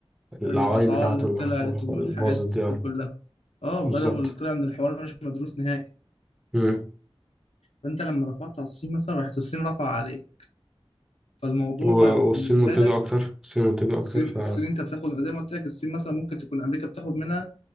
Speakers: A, in the centre; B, on the left.
A: العوايد
B: الاسعار
A: بتاعته
B: اللي
A: اللي
B: طلعت
A: اللي
B: والحاجات
A: باظت دي يعني.
B: دي كلها اه
A: بالظبط
B: بدأوا اللي طلع ان الحوار مش مدروس نهائي
A: مم.
B: فانت لما رفعت على الصين مثلا راحت الصين رفع عليك فالموضوع
A: و-
B: بقى
A: والصين
B: بالنسبة
A: منتجة
B: لك
A: أكتر الصين منتجة
B: الصين
A: أكتر ف
B: الصين انت بتاخد زي ما قلت لك الصين مثلا ممكن تكون امريكا بتاخد منها